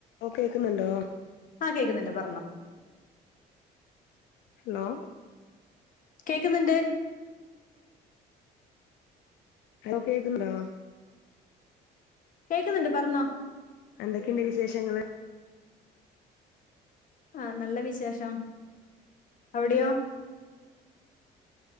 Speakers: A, on the left; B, on the left.
A: ഓഹ് കേക്ക്ന്നുണ്ടോ
B: ആഹ് കേക്കുന്നുണ്ട് പർഞ്ഞോ
A: ഹലോ
B: കേക്ക്ന്ന്ണ്ട്.
A: ഹലോ കേക്ക്ണ്ടോ?
B: കേക്ക്ന്ന്ണ്ട് പർഞ്ഞോ
A: എന്തൊക്കെണ്ട് വിശേഷങ്ങള്
B: ആഹ് നല്ല വിശേഷം അവിടെയോ